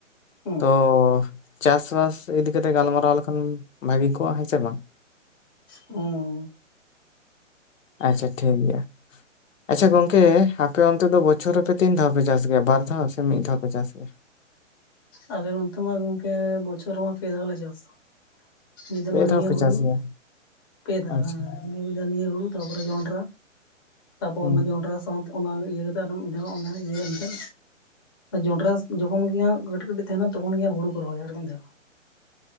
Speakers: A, on the left; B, on the left.
A: ᱦᱩᱸ
B: ᱛᱚ ᱪᱟᱥᱵᱟᱥ ᱤᱫᱤ ᱠᱟᱛᱮ ᱜᱟᱞᱢᱟᱨᱟᱣ ᱞᱮᱠᱷᱟᱱ ᱵᱷᱟᱹᱜᱤ ᱠᱚᱜᱼᱟ᱾ ᱦᱮᱸ ᱥᱮ ᱵᱟᱝ?
A: ᱩᱸ
B: ᱟᱪᱪᱷᱟ ᱴᱷᱤᱠ ᱜᱮᱭᱟ᱾ ᱟᱪᱪᱷᱟ ᱜᱚᱝᱠᱮ ᱟᱯᱮ ᱚᱱᱛᱮ ᱫᱚ ᱵᱚᱪᱷᱚᱨ ᱨᱮᱯᱮ ᱛᱤᱱ ᱫᱷᱟᱣ ᱯᱮ ᱪᱟᱥ ᱜᱮᱭᱟ? ᱵᱟᱨ ᱫᱷᱟᱣ ᱥᱮ ᱢᱤᱫ ᱫᱷᱟᱣ ᱯᱮ ᱪᱟᱥ ᱜᱮᱭᱟ?
A: ᱟᱞᱮ ᱱᱚᱛᱮ ᱢᱟ ᱜᱚᱝᱠᱮ ᱵᱚᱪᱷᱚᱨ ᱨᱮᱢᱟ ᱯᱮ ᱫᱷᱟᱣ ᱞᱮ ᱪᱟᱥᱟ᱾ ᱢᱤᱫ ᱫᱷᱟᱣ
B: ᱯᱮ
A: ᱢᱟ ᱱᱤᱭᱟᱹ
B: ᱯᱮ
A: ᱦᱩᱲᱩ᱾
B: ᱪᱟᱥ ᱜᱮᱭᱟ
A: ᱯᱮ ᱫᱷᱟᱣ
B: ᱟᱪᱪᱷᱟ
A: ᱦᱮᱸ ᱢᱤᱫ ᱫᱷᱟᱣ ᱱᱤᱭᱟᱹ ᱦᱩᱲᱩ ᱛᱟᱯᱚᱨᱮ ᱡᱚᱱᱰᱨᱟ ᱛᱟᱨᱯᱚᱨ
B: ᱦᱩᱸ
A: ᱚᱱᱟ ᱡᱚᱱᱰᱨᱟ ᱥᱟᱶᱛᱮ ᱚᱱᱟ ᱤᱭᱟᱹ ᱠᱟᱛᱮ ᱟᱚᱢ ᱟᱫᱚ ᱢᱤᱫᱫᱷᱟᱣ ᱚᱱᱟ ᱤᱭᱟᱹ ᱮᱱᱛᱮᱜ ᱡᱚᱱᱰᱨᱟ ᱡᱚᱠᱷᱚᱱ ᱜᱮᱭᱟ ᱠᱟᱹᱴᱤᱡ ᱠᱟᱹᱴᱤᱡ ᱛᱟᱦᱮᱱᱟ ᱛᱚᱠᱷᱚᱱ ᱜᱮᱦᱟ ᱦᱩᱲᱩ ᱠᱚ ᱨᱚᱦᱚᱭ ᱟᱨ ᱢᱤᱫ ᱫᱷᱟᱣ